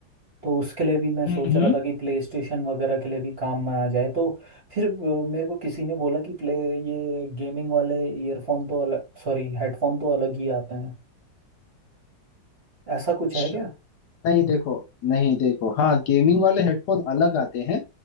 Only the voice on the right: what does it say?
तो उसके लिए भी मैं सोच
रहा था कि प्ले स्टेशन वगैरह के लिए भी काम में आ जाए तो फिर अ, मेरे को किसी ने बोला कि प्ले ये गेमिंग वाले ईयरफोन तो अलग सॉरी हेडफोन तो अलग ही आते हैं ऐसा कुछ
है क्या